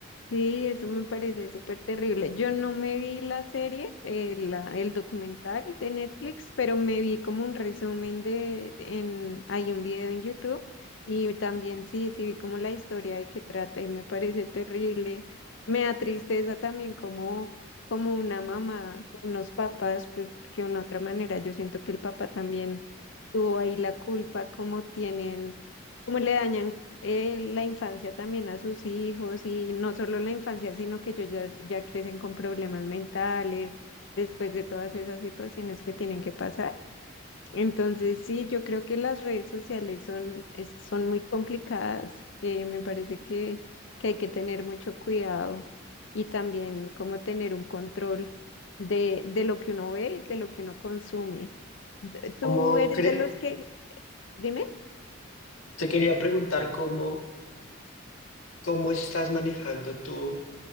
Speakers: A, on the left; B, on the left.
A: Sí, eso me parece súper terrible. Yo no me vi la serie, eh, la- el documental de Netflix, pero me vi como un resumen de, en, hay un video en YouTube y también sí, sí vi como la historia de qué trata y me parece terrible. Me da tristeza también como, como una mamá, unos papás, pues que de una otra manera yo siento que el papá también tuvo ahí la culpa, como tienen, como le dañan eh, la infancia también a sus hijos y no solo la infancia, sino que ellos ya, ya crecen con problemas mentales después de todas esas situaciones que tienen que pasar. Entonces, sí, yo creo que las redes sociales son, es- son muy complicadas. Eh, me parece que, que hay que tener mucho cuidado y también como tener un control de, de lo que uno ve y de lo que uno consume. ¿Tú
B: ¿Cómo
A: eres
B: cre-
A: de los que, dime?
B: te quería preguntar cómo, cómo estás manejando tú